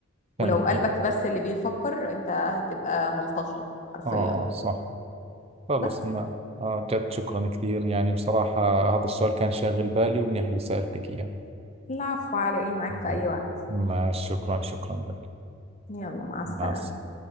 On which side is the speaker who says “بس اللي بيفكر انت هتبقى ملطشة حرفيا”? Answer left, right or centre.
Left